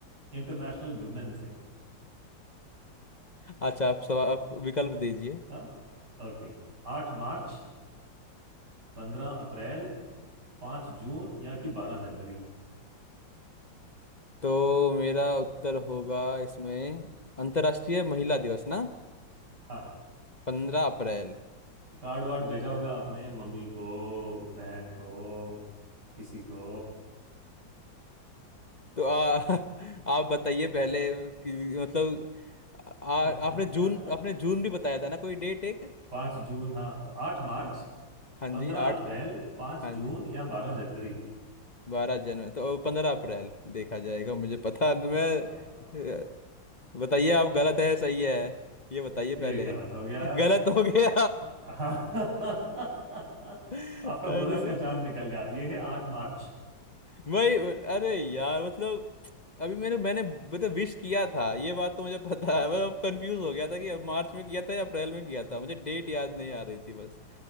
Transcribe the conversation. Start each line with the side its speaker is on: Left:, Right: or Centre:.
Right: International women's day
Left: अच्छा आप सवाल आप विकल्प दीजिए
Right: हाँ ओके आठ मार्च पंद्रह अप्रैल पाँच जून या कि बारह जनवरी
Left: तो मेरा उत्तर होगा इसमें अंतर्राष्ट्रीय महिला दिवस ना
Right: हाँ
Left: पंद्रह अप्रैल
Right: कार्ड वार्ड भेजा होगा आपने मम्मी को बहन को किसी को
Left: तो आ, <laughs> आप बताइए पहले कि मतलब आ,
Right: <laughs>
Left: आपने जून आपने जून भी बताया था ना कोई डेट एक
Right: पाँच जून हाँ आठ मार्च
Left: हाँ
Right: पंद्रह
Left: जी आठ
Right: अप्रैल पाँच
Left: हाँ
Right: जून
Left: जी
Right: या बारह जनवरी
Left: बारह जनवरी तो पंद्रह अप्रैल देखा जाएगा मुझे पता मैं
Right: आ,
Left: अ, बताइए
Right: <laughs>
Left: आप गलत है या सही है ये बताइए
Right: ये
Left: पहले
Right: गलत हो गया
Left: गलत हो गया
Right: हाँ <laughs>
Left: <laughs>
Right: आपका बोनस
Left: अरे
Right: का चांस निकल गया ये है आठ मार्च
Left: वही अरे यार मतलब अभी मेरे मैंने मतलब विश किया था ये बात तो मुझे पता
Right: हाँ
Left: है मैं कंफ्यूज हो गया था कि अब मार्च में किया था या अप्रैल में किया था मुझे डेट याद नहीं आ रही थी बस